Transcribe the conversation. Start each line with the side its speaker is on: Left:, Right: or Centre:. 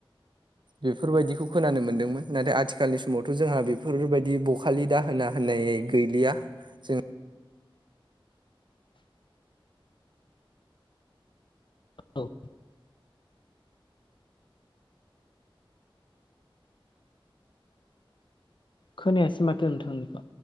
Right: बेफोरबायदिखौ खोनानो मोन्दोंमोन नाथाय आथिखालनि समावथ' जोंहा बेफोरबायदि बखालि दाहोना होननाय गैलिया जों
Left: औ खोनायासै माथो नोंथांनिखौ?